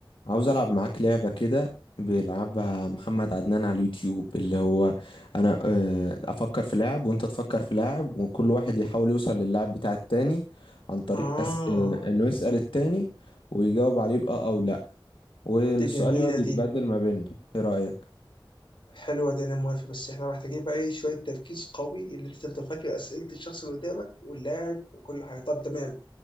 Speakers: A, on the left; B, on the left.
A: عاوز ألعب معاك لعبة كده بيلعبها محمد عدنان على اليوتيوب اللي هو أنا آه، أفكر في لاعب وأنت تفكر في لاعب وكل واحد يحاول يوصل للاعب بتاع التاني عن طريق
B: آه
A: أس... آه، إنه يسأل التاني ويجاوب عليه بأه أو لأ والسؤال
B: دي جميلة
A: يقعد يتبدل
B: دي
A: ما بيننا إيه رأيك؟
B: حلوة دي أنا موافق بس إحنا محتاجين بقى إيه شوية تركيز قوي اللي أنت تفضل فاكر أسئلة الشخص اللي قدامك واللاعب وكل حاجة طب تمام